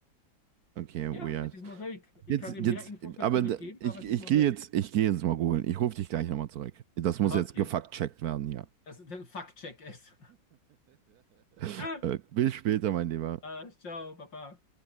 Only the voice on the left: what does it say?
Ja,
es ist Mosaik. Ich
kann dir mehr
Infos dazu
nicht
geben,
aber es
ist Mosaik.
Okay,
das ist ein Fact-Check ist. <laughs>
Äh, ciao, Papa.